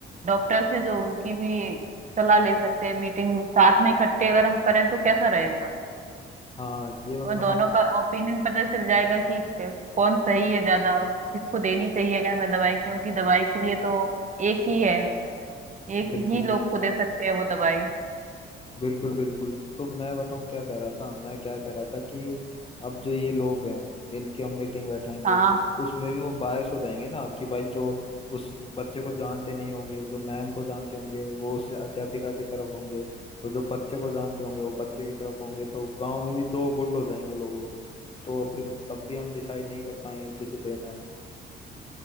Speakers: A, on the right (about 40°); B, on the left (about 30°).
A: डॉक्टर से जो उनकी भी सलाह ले सकते हैं मीटिंग साथ में इकट्ठे अगर हम करें तो कैसा रहेगा
B: हाँ ये मतलब
A: हमें दोनों
B: हम
A: का ओपिनियन पता चल जाएगा कि क- कौन सही है ज्यादा और किसको देनी चाहिए हमें दवाई क्योंकि दवाई के लिए तो एक ही है एक
B: बिल्कुल
A: ही लोग को दे सकते हैं वो दवाई
B: बिल्कुल बिल्कुल तो मैं बताऊं क्या कह रहा था मैं क्या कह रहा था कि अब जो ये लोग हैं इनकी हम मीटिंग बैठाएंगे
A: हाँ
B: तो उसमें भी वो बायस हो जाएंगे ना कि भाई जो उस बच्चे को जानते नहीं होंगे जो मैम को जानते होंगे वो उस अध्यापिका की तरफ होंगे और जो बच्चे को जानते होंगे वो बच्चे की तरफ होंगे तो गांव में भी दो गुट हो जाएंगे लोगों के तो फिर तब भी हम डिसाइड नहीं कर पाएंगे किसे देना है